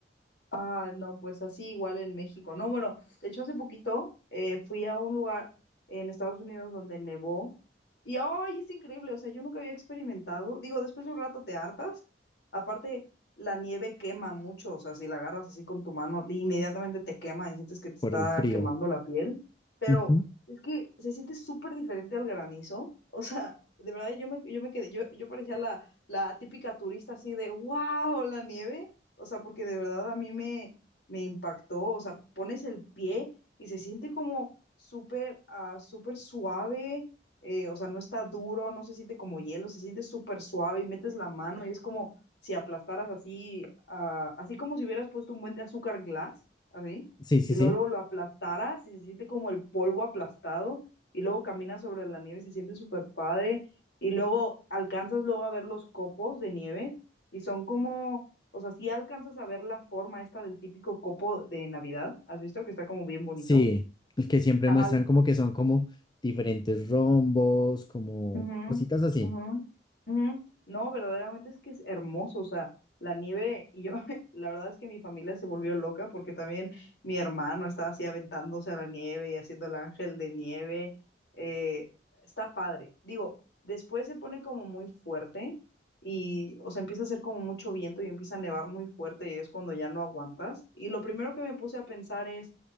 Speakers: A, on the left; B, on the left.
A: Ah, no, pues así igual en México. No, bueno, de hecho hace poquito eh, fui a un lugar en Estados Unidos donde nevó y ¡ay! es increíble, o sea, yo nunca había experimentado. Digo, después de un rato te hartas. Aparte, la nieve quema mucho, o sea, si la agarras así con tu mano, inmediatamente te quema y sientes que te
B: por
A: está
B: el frío.
A: quemando la piel. Pero
B: Ujú.
A: es que se siente súper diferente al granizo. <laughs> O sea, de verdad yo me, yo me quedé, yo, yo parecía la, la típica turista así de, wow, la nieve. O sea, porque de verdad a mí me, me impactó. O sea, pones el pie y se siente como súper ah, súper suave. eh, o sea, no está duro, no se siente como hielo, se siente súper suave y metes la mano y es como si aplastaras así, ah, así como si hubieras puesto un buen de azúcar glass, así.
B: Sí, sí,
A: Y
B: sí.
A: luego, luego lo aplastaras y se siente como el polvo aplastado. Y luego caminas sobre la nieve, y se siente súper padre. Y luego alcanzas luego a ver los copos de nieve y son como o sea, si alcanzas a ver la forma esta del típico copo de Navidad, ¿has visto que está como bien bonito?
B: Sí, el que siempre
A: Ajá,
B: muestran como que son como diferentes rombos, como
A: Ujú,
B: cositas así.
A: ujú, ujú. No, verdaderamente es que es hermoso, o sea, la nieve, y yo, <laughs> la verdad es que mi familia se volvió loca porque también mi hermano estaba así aventándose a la nieve y haciendo el ángel de nieve, eh, está padre. Digo, después se pone como muy fuerte y, o sea, empieza a hacer como mucho viento y empieza a nevar muy fuerte y es cuando ya no aguantas. Y lo primero que me puse a pensar es